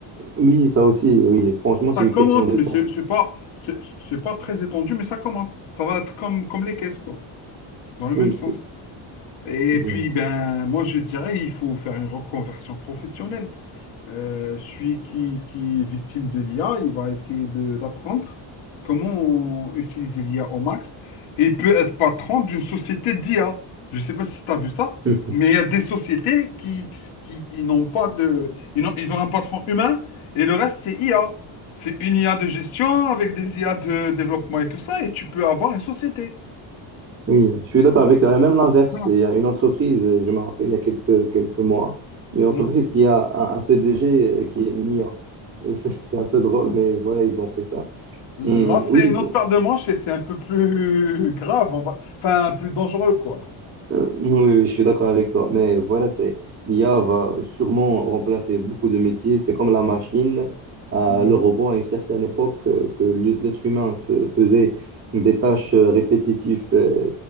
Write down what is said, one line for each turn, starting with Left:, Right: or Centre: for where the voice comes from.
Right: Oui, ça aussi, oui. Franchement, c'est
Left: Ça
Right: une
Left: commence,
Right: question de
Left: mais
Right: temps.
Left: c'est c'est pas c'est c'est pas très étendu, mais ça commence. Ça va être comme comme les caisses quoi, dans le
Right: Oui.
Left: même sens. Et
Right: hum,
Left: puis,
Right: hum.
Left: ben, moi, je dirais il faut faire une reconversion professionnelle. Euh, celui qui, qui est victime de l'IA, il va essayer de- d'apprendre comment utiliser l'IA au max. Et il peut être patron d'une société d'IA. Je ne sais pas si tu as vu ça,
Right: <laughs>
Left: mais il y a des sociétés qui, qui, n'ont pas de... Ils ont, ils ont un patron humain et le reste, c'est IA. C'est une IA de gestion avec des IA de développement et tout ça, et tu peux avoir une société.
Right: Oui, je suis d'accord avec ça. Et même l'inverse,
Left: Voilà.
Right: il y a une entreprise, je me rappelle il y a quelques, quelques mois, une entreprise
Left: Mhm.
Right: qui a un, un PDG qui est une IA. <laughs> C'est c'est un peu drôle, mais voilà, ils ont fait ça.
Left: Là,
Right: Hum,
Left: c'est
Right: oui, il
Left: une
Right: faut-
Left: autre paire de manches et c'est un peu plus <laughs> grave, on va... enfin plus dangereux, quoi.
Right: euh, oui, oui, je suis d'accord avec toi. Mais voilà, c'est l'IA va sûrement remplacer beaucoup de métiers. C'est comme la machine, euh,
Left: Mhm.
Right: le robot à une certaine époque euh, que l'être humain fe- faisait des tâches euh, répétitives euh,